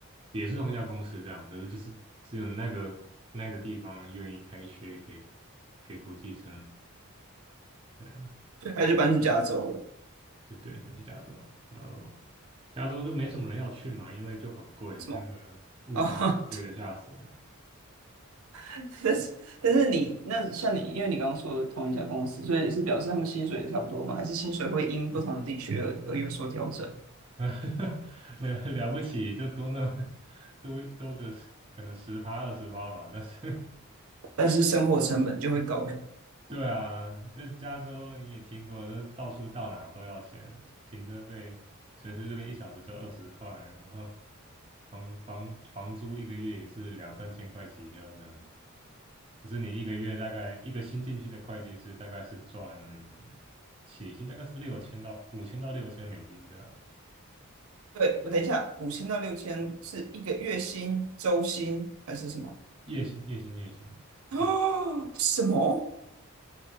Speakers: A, on the right; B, on the right.
A: 也是同一家公司这样，可是就是只有那个那个地方愿意开缺给给国际生，对啊，
B: 对，还是搬去加州了？
A: 就对，反正加州，然后加州就没什么人要去嘛，因为就很贵，
B: 为什么？
A: 那个物价贵的吓死人。
B: 哦，<laughs> <laughs> 但是但是你那像你，因为你刚刚说的同一家公司，所以是表示他们薪水也差不多吗？还是薪水会因不同的地区而而有所调整？
A: 呃，<laughs> 了了不起，就多那 <laughs> 么多多个十可能十趴二十趴吧。但是，
B: 但是生活成本就会高。
A: <laughs> 对啊，那加州你也听过，就是到处到哪都要钱，停车费随随便便一小时就二十块，然后房房房租一个月也是两三千块起跳这样子。可是你一个月大概一个新进去的会计师大概是赚起薪大概是六千到五千到六千美金这样，
B: 对，我等一下，五千到六千是一个月薪、周薪还是什么？
A: 月薪月薪月薪。
B: <gasps> 啊，
A: 一个月
B: 什么？